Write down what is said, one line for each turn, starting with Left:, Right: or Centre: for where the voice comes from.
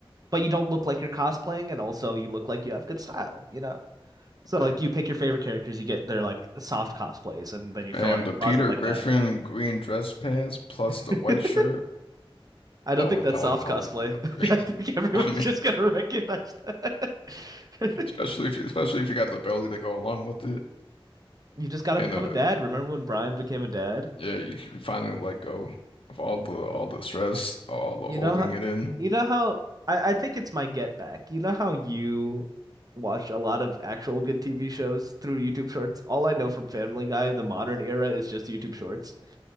Right: but you don't look like you're cosplaying, and also you look like you have good style, you know? So
Left: yeah.
Right: like you pick your favorite characters, you get their like soft cosplays, and then you
Left: Fam,
Right: fill out your
Left: the Peter
Right: closet like
Left: Griffin
Right: that.
Left: green dress pants plus the
Right: <laughs>
Left: white shirt.
Right: I don't
Left: That
Right: think
Left: one,
Right: that's
Left: that
Right: soft
Left: one, that
Right: cosplay.
Left: one will be up there.
Right: <laughs> I think
Left: <laughs>
Right: everyone's
Left: I mean,
Right: just gonna recognize that. <laughs>
Left: especially if you, especially if you got the belly to go along with it,
Right: you just gotta
Left: and
Right: become
Left: uh,
Right: a dad. Remember when Brian became a dad?
Left: yeah, you can finally let go of all the all the stress, all the
Right: You
Left: holding
Right: know how,
Left: it in.
Right: you know how I, I think it's my get back. You know how you watch a lot of actual good TV shows through YouTube Shorts? All I know from Family Guy, the modern era, is just YouTube Shorts.